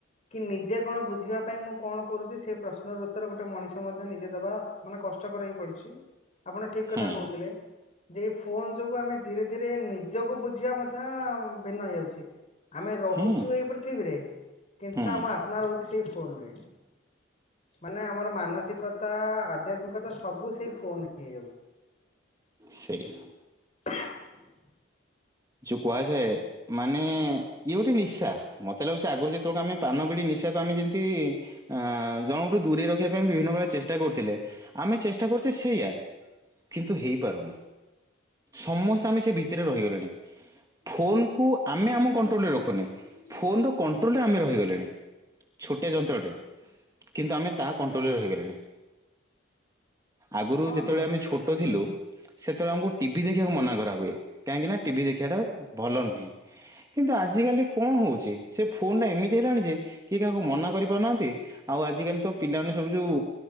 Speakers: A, on the left; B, on the right.
A: କି ନିଜେ କଣ ବୁଝିବା ପାଇଁ ମୁଁ କଣ କରୁଛି ସେ ପ୍ରଶ୍ନର ଉ ଥିରେ ଗୋଟେ ମଣିଷ ମଧ୍ୟ ନିଜେ ଦେବା ମାନେ କଷ୍ଟକର ହେଇ ପଡୁଛି ଆପଣ ଠିକ କଥା
B: ହୁଁ
A: କହୁଥିଲେ। ସେଇ ଫୋନ ଯୋଗୁ ଆମେ ଧୀରେ ଧୀରେ ନିଜକୁ ବୁଝିବା ମଧ୍ୟ ଭିନ୍ନ ହେଇଯାଉଛି ଆମେ ରହୁଛୁ
B: ହୁଁ
A: ଏଇ ପୃଥିବୀରେ କିନ୍ତୁ
B: ହୁଁ
A: ଆମ ଆତ୍ମା ରହୁଛି ସେଇ ଫୋନରେ। ମାନେ ଆମର ମାନସିକତା ଆଧ୍ୟାତ୍ମିକତା ସବୁ ସେଇ ଫୋନ ହି।
B: ସେଇ।
A: <inaudible>
B: ଚୁ କୁହାଯାଏ ମାନେ ଇଏ ଗୋଟେ ନିଶା ମୋତେ ଲାଗୁଛି ଆଗରୁ ଯେତେବେଳକୁ ଆମେ ପାନ ବିଡ଼ି ନିଶାକୁ ଆମେ ଯେମିତି ଆ ଜଣକଠୁ ଦୂରେଇ ରଖିବା ପାଇଁ ବିଭିନ୍ନ ପ୍ରକାର ଚେଷ୍ଟା କରୁଥିଲେ ଆମେ ଚେଷ୍ଟା କରୁଛେ ସେଇୟା। କିନ୍ତୁ ହେଇପାରୁନି ସମସ୍ତେ ଆମେ ସେ ଭିତରେ ରହିଗଲେଣି। ଫୋନକୁ ଆମେ ଆମ କଣ୍ଟ୍ରୋଲରେ ରଖୁନେ। ଫୋନର କଣ୍ଟ୍ରୋଲରେ ଆମେ ରହିଗଲେଣି ଛୋଟିଆ ଯନ୍ତ୍ରଟେ କିନ୍ତୁ ଆମେ ତା କଟ୍ରୋଲରେ ରହିଗଲେଣି। ଆଗରୁ
A: ହଁ
B: ଯେତେବେଳେ
A: ହଁ ବିଲକୁଲ
B: ଆମେ ଛୋଟ
A: ବିଲକୁଲ
B: ଥିଲୁ। ସେତେବେଳେ ଆମକୁ ଟିଭିି ଦେଖିବାକୁ ମନା କରାହୁଏ କାହିଁକିନା ଟିଭି ଦେଖିବାଟା ଭଲ ନୁହେଁ। କିନ୍ତୁ ଆଜିକାଲି କଣ ହଉଛି ସେ ଫୋନ୍ ଟା ଏମିତି ହେଲାଣି ଯେ କିଏ କାହାକୁ ମନା କରିପାରୁନାହାଁନ୍ତି ଆଉ ଆଜିକାଲି ତ ପିଲାମାନେ ସବୁ ଯୋଉ